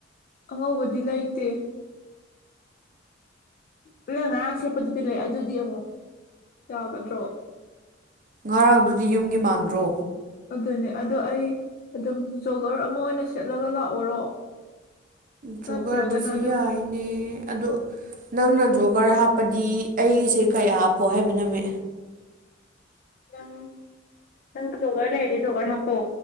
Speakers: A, on the left; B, on the right.
A: ꯑꯉꯧꯕꯗꯤ ꯂꯩꯇꯦ ꯑꯩꯅ ꯉꯔꯥꯡ ꯁꯦꯠꯄꯗꯨꯗꯤ ꯂꯩ ꯑꯗꯨꯗꯤ ꯑꯃꯨꯛ ꯌꯥꯒꯗ꯭ꯔꯣ
B: ꯉꯔꯥꯡꯗꯨꯗꯤ ꯌꯨꯝꯒꯤ ꯃꯥꯟꯗ꯭ꯔꯣ
A: ꯑꯗꯨꯅꯦ ꯑꯗꯣ ꯑꯩ ꯑꯗꯨꯝ ꯖꯣꯒꯔ ꯑꯃ ꯑꯣꯏꯅ ꯁꯦꯠꯂꯒ ꯂꯥꯛꯑꯣꯔꯣ
B: ꯖꯣꯒꯔꯗꯨꯁꯨ
A: ꯅꯠꯇ꯭ꯔꯒꯅ ꯑꯗꯨꯝ
B: ꯌꯥꯏꯅꯦ ꯑꯗꯣ ꯅꯪꯅ ꯖꯣꯒꯔ ꯍꯥꯞꯄꯗꯤ ꯑꯩꯒꯤꯁꯦ ꯀꯌꯥ ꯍꯥꯞꯄꯣ ꯍꯥꯏꯕ ꯅꯣꯃꯦ
A: ꯅꯪ ꯅꯪ ꯖꯣꯒꯔ ꯂꯩꯔꯗꯤ ꯖꯣꯒꯔ ꯍꯥꯞꯄꯣ